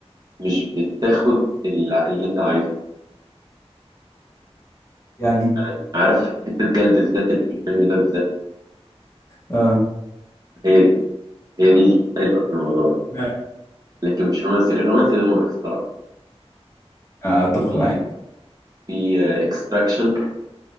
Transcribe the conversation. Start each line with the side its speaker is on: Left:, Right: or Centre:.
Right: مش بتاخد الل- اللي أنت عايزه
Left: يعني
Right: يعني عارف حتة جلد الذات اللي في الفيلم ده بالذات
Left: اه
Right: هي دي هي دي الحلوة في الموضوع
Left: <laughs>
Right: لكن مش رومانسي الرومانسي ده مقرف الصراحة
Left: آه، اتفق
Right: في
Left: معاك
Right: في اكستراكشن